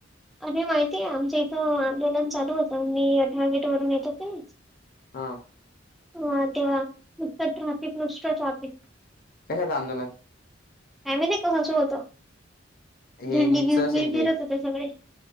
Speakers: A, in the centre; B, on the left.
A: अरे माहितीय आमच्या इथं आंदोलन चालू होतं, मी अठरा गेट वरून येत होते.
B: हा.
A: ह तेव्हा नुसतं ट्राफिक नुसतं ट्राफिक.
B: कशाचं आंदोलन.
A: काय माहिती कशाचं होतं,
B: हे
A: झेंडी
B: नीटचं
A: घेऊन
B: असेल
A: तेंन फिरत
B: ते.
A: होते सगळे.